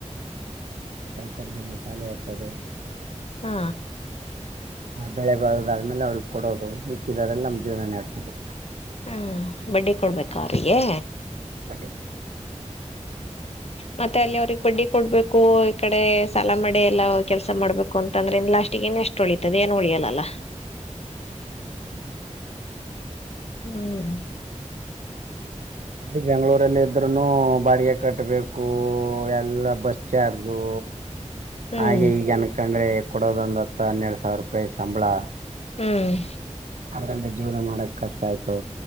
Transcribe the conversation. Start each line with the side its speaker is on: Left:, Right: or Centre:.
Right: ಸೌಕರ್ಯದಲ್ಲಿ ಸಾಲ ಯಂತದು
Left: ಹಾ
Right: ಬೆಳೆ ಬಾರೋದಾದ್ಮೇಲೆ ಅವ್ರಿಗೆ ಕೊಡೋದು ಮಿಕ್ಕಿದ್ರಲ್ಲಿ ನಮ್ಮ್ ಜೀವನ ನೆಡ್ಸೋದು.
Left: ಹ ಬಡ್ಡಿ ಕೊಡ್ಬೇಕಾ ಅವ್ರಿಗೆ.
Right: ಬಡ್ಡಿ
Left: ಮತ್ತೆ ಅಲ್ಲಿ ಅವ್ರಗ್ ಬಡ್ಡಿ ಕೊಡ್ಬೇಕು ಈ ಕಡೆ ಸಾಲ ಮಾಡಿ ಎಲ್ಲಾ ಕೆಲಸ ಮಾಡ್ಬೇಕು ಅಂತಂದ್ರೆ ಲಾಸ್ಟ್ಗೆ ಇನ್ನೇಷ್ಟ್ ತೊಳಿತದೆ ಏನು ಉಳಿಯಲ್ಲಾ ಅಲ್ಲ.
Right: ಹ್ಮ್ <unintelligible>
Left: ಹ್ಮ್
Right: ಅಲ್ಲಿ ಬೆಂಗಳೂರಲ್ಲಿ ಇದ್ರೂನು ಬಾಡಿಗೆ ಕಟ್ಟಬೇಕು ಎಲ್ಲಾ ಬಸ್ ಚಾರ್ಜು
Left: ಹ್ಮ್
Right: ಹಾಗೆ ಈಗೆ ಅನ್ಕಂಡ್ರೆ ಕೊಡೋದ್ ಒಂದ್ ಹತ್ತೊ ಹನ್ನೆರಡು ಸಾವಿರ ರೂಪಾಯಿ ಸಂಬಳ.
Left: ಹ್ಮ್
Right: ಅದ್ರಲ್ಲಿ ಜೀವನ ಮಾಡಕ್ ಕಷ್ಟ ಆಯ್ತು.